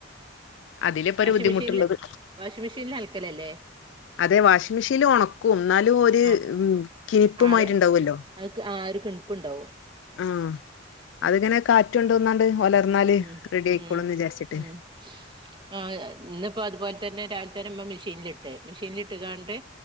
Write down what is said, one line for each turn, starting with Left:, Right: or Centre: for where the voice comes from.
Left: അതില് പാെ
Right: വാഷിംഗ്
Left: ഒര് ബുദ്ധിമുട്ട്ള്ളത്
Right: മെഷീനില് വാഷിംഗ് മെഷീനിൽ അലക്കലല്ലേ
Left: അതെ വാഷിംഗ് മെഷീൻല് ഒണ ക്കും ഇന്നാലും ഒര്
Right: ആഹ്
Left: ഉം കിനിപ്പ്
Right: ആഹ്
Left: മായിരി ഇണ്ടാവാെല്ലോ
Right: അത് ക് ആഹ് ഒര് കിൺപ്പ് ഇണ്ടാവും
Left: ആഹ് അത്ങ്ങനെ കാറ്റാെണ്ട് ഒന്നണ്ട് വാെലർന്നാല്
Right: ഉം
Left: റെഡൈക്കോളുംന്ന്
Right: ഉം
Left: വിജാര്ച്ചിട്ട്
Right: ഉം ആഹ് ഇന്ന്പ്പാെ അത്പോലെ തന്നെ രാവിൽതെന്നെ ഇമ്മ മിഷീൻല്ട്ട് മിഷീൻലിട്ട്കാണ്ട്